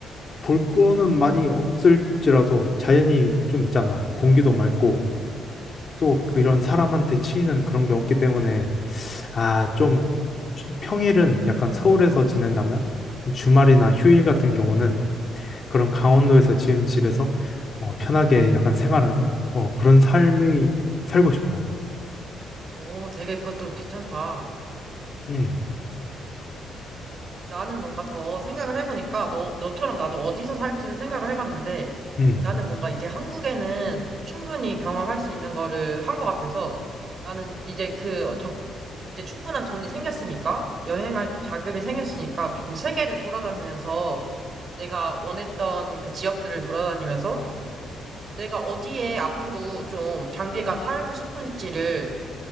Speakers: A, on the left; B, on the right.
A: 볼 거는 많이 없을지라도 자연이 좀 있잖아.
B: 음,
A: 공기도 맑고,
B: 음,
A: 또
B: 음,
A: 그런 사람한테 치이는 그런 게 없기 때문에, 아,
B: 음,
A: 좀, 평일은 약간 서울에서 지낸다면, 주말이나 휴일 같은 경우는 그런 강원도에서
B: 음.
A: 지은 집에서 어, 편하게 약간 생활하는 어, 그런 삶이 살고 싶어.
B: 어, 되게 그것도 괜찮다.
A: 응,
B: 나는 뭔가 더 생각을 해보니까 너, 너처럼 나도 어디서 살지를 생각을 해봤는데
A: 응.
B: 나는 뭔가 이제 한국에는 충분히 경험할 수 있는 거를 한 것 같아서 나는 이제 그 적, 이제 충분한 돈이 생겼으니까 여행할 자금이 생겼으니까 조금 세계를 돌아다니면서 내가 원했던 그 지역들을 돌아다니면서 내가 어디에 앞으로 좀 장기간 살고 싶을지를